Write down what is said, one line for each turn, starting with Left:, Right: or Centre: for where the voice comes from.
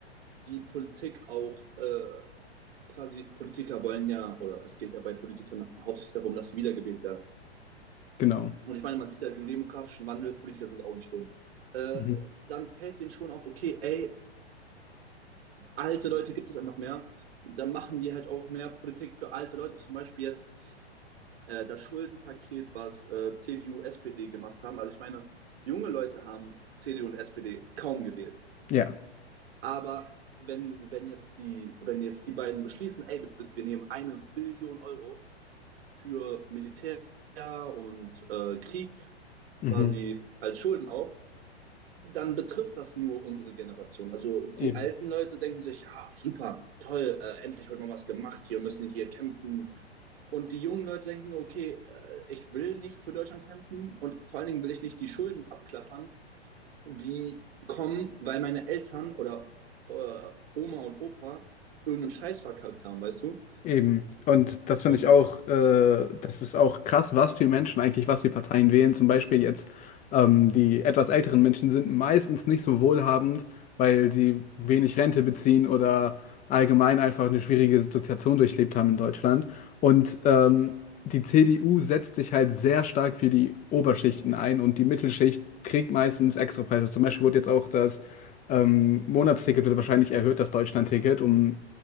Right: die Politik auch äh, quasi Politiker wollen ja, oder es geht ja bei Politikern hauptsächlich darum, dass sie wiedergewählt werden.
Left: Genau.
Right: Und ich meine, man sieht ja den demografischen Wandel, Politiker sind ja auch nicht dumm. Äh,
Left: Mhm.
Right: dann fällt denen schon auf, okay, ey, alte Leute gibt es einfach mehr. Dann machen die halt auch mehr Politik für alte Leute. Zum Beispiel jetzt äh, das Schuldenpaket, was äh, CDU, SPD gemacht haben. Also ich meine, junge Leute haben CDU und SPD kaum gewählt.
Left: Ja.
Right: Aber wenn, wenn, jetzt, die, wenn jetzt die beiden beschließen, ey, wir, wir nehmen eine Billion Euro für Militär und äh, Krieg
Left: Mhm.
Right: quasi als Schulden auf, dann betrifft das nur unsere Generation. Also die
Left: Eben.
Right: alten Leute denken sich, ja, super, toll, äh, endlich wird mal was gemacht, wir müssen hier kämpfen. Und die jungen Leute denken, okay, äh, ich will nicht für Deutschland kämpfen und vor allen Dingen will ich nicht die Schulden abklappern, die kommen, weil meine Eltern oder äh, Oma und Opa irgendeinen Scheiß verkackt haben, weißt du?
Left: Eben. Und das finde
Right: Und
Left: ich auch, äh, das ist auch krass, was für Menschen eigentlich, was für Parteien wählen. Zum Beispiel jetzt ähm, die etwas älteren Menschen sind meistens nicht so wohlhabend, weil sie wenig Rente beziehen oder allgemein einfach eine schwierige Situation durchlebt haben in Deutschland. Und ähm, die CDU setzt sich halt sehr stark für die Oberschichten ein und die Mittelschicht kriegt meistens extra Preise. Zum Beispiel wurde jetzt auch das ähm, Monatsticket wird wahrscheinlich erhöht, das Deutschlandticket, um